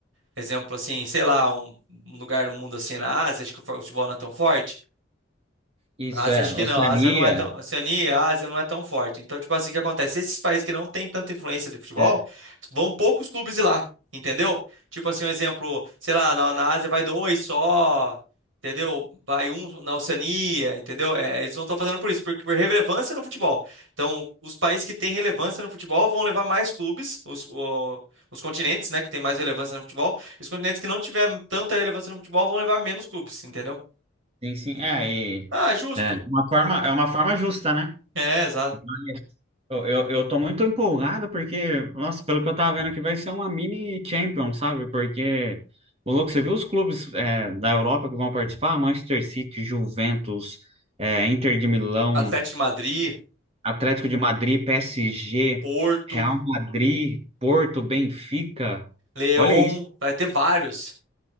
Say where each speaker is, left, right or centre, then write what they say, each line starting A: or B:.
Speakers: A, on the right; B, on the right.
A: exemplo assim, sei lá, um um lugar no mundo assim na Ásia, acho que o futebol não é tão forte.
B: isso
A: Na Ásia,
B: é,
A: acho que
B: Oceania.
A: não. A Ásia não é tão. Oceania e a Ásia não é tão forte. Então, tipo assim, o que acontece? Esses países que não têm tanta influência de futebol,
B: É.
A: vão poucos clubes ir lá, entendeu? Tipo assim, um exemplo, sei lá, na, na Ásia vai dois só, entendeu? Vai um na Oceania, entendeu? É, eles não estão fazendo por isso, porque por relevância no futebol. Então, os países que têm relevância no futebol vão levar mais clubes, os, o- os continentes, né, que têm mais relevância no futebol, e os continentes que não tiver tanta relevância no futebol vão levar menos clubes, entendeu?
B: Sim, sim. É, e
A: Ah, justo.
B: é uma forma,
A: É,
B: é uma forma justa, né?
A: é, exato.
B: Mas Eu, eu, eu tô muito empolgado porque, nossa, pelo que eu tava vendo aqui, vai ser uma mini Champions, sabe? Porque, o louco, você viu os clubes é, da Europa que vão participar? Manchester City, Juventus, é, Inter de Milão,
A: Atlético de Madrid,
B: Atlético de Madrid, PSG,
A: Porto,
B: Real Madrid, Porto, Benfica.
A: Lyon,
B: Olha isso.
A: vai ter vários.